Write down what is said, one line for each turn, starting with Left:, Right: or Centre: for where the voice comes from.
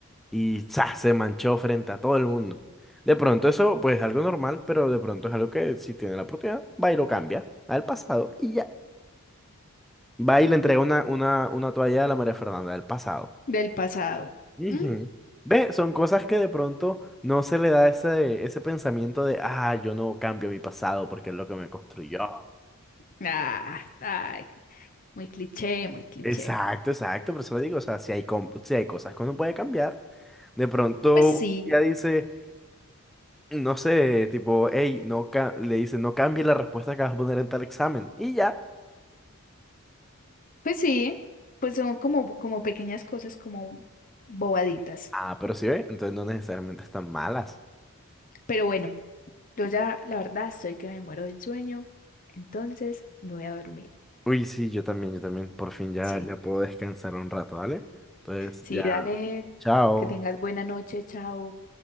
Centre: y ¡za! se manchó frente a todo el mundo. De pronto eso, pues es algo normal, pero de pronto es algo que si tiene la oportunidad, va y lo cambia al pasado y ya. Va y le entrega una, una, una toalla a la María Fernanda del pasado.
Left: Del pasado.
Centre: Ujú.
Left: Mm,
Centre: Ve, son cosas que de pronto no se le da ese, ese pensamiento de, ah, yo no cambio mi pasado porque es lo que me construyó.
Left: ah, ay, muy cliché, muy cliché.
Centre: Exacto, exacto, por eso le digo, o sea, si hay, com- si hay cosas que uno puede cambiar, de pronto
Left: Pues sí,
Centre: ya dice, no sé, tipo, hey, no ca- le dice, no cambie la respuesta que vas a poner en tal examen. Y ya.
Left: pues sí, pues son como, como pequeñas cosas, como bobaditas.
Centre: Ah, pero sí ve, entonces no necesariamente están malas.
Left: Pero bueno, yo ya, la verdad, estoy que me muero del sueño, entonces me voy a dormir.
Centre: Uy, sí, yo también, yo también. Por fin ya,
Left: Sí,
Centre: ya puedo descansar un rato, ¿vale? Entonces,
Left: sí,
Centre: ya,
Left: dale,
Centre: chao.
Left: que tengas buena noche, chao.